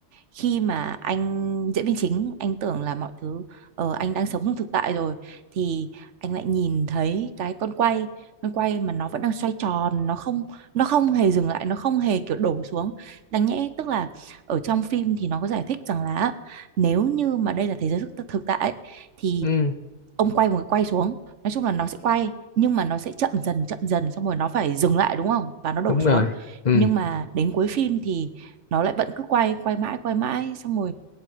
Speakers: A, on the right (about 80°); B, on the left (about 45°).
A: khi mà anh diễn viên chính anh tưởng là mọi thứ ờ, anh đang sống trong thực tại rồi thì anh lại nhìn thấy cái con quay con quay mà nó vẫn đang xoay tròn nó không nó không hề dừng lại nó không hề kiểu đổ xuống đáng nhẽ tức là ở trong phim thì nó có giải thích rằng là nếu như mà đây là thế giới thực, thực tại ấy, thì
B: ừ
A: ông quay một cái quay xuống nói chung là nó sẽ quay nhưng mà nó sẽ chậm dần chậm dần xong rồi nó phải dừng lại đúng không và nó đổ
B: đúng
A: xuống
B: rồi ừ
A: nhưng mà đến cuối phim thì nó lại vẫn cứ quay quay mãi quay mãi xong rồi